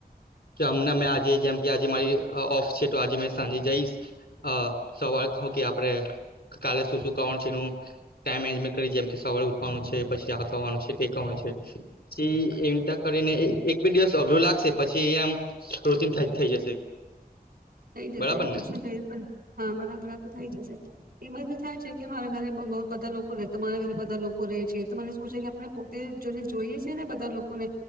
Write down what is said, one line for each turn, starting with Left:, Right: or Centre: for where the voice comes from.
Left: કે હમણા મેં આજે જેમ કે આજે મારી ઓફ છે તો આજે મે સાંજે જઈશ અ સવાલ ક કે આપે કાલે શું શું કણ છે નું ટાઈમ એન્જમેન્ટ કરી જેમ કે સવારે ઉઠવાનું છે પછી આ કરવાનું છે ટેકનું છે પછી એ કરીને એક બે દિવસ અઘરો લાગશે પછી એ આમ રોચિન થઈ જશે
Right: થઈ જશે
Left: બરાબર
Right: આ તું
Left: ને
Right: છે થઈ હા બરાબર આ તોું થઈ જશે એમસ ભી થાય છે કે મારા ઘરે બ બધા લોકો તમારા ઘરે બધા લોકો રહેે છે મને શું છે કે આપણે પોતે જોને જોઈએ છે ને બધા લોકોને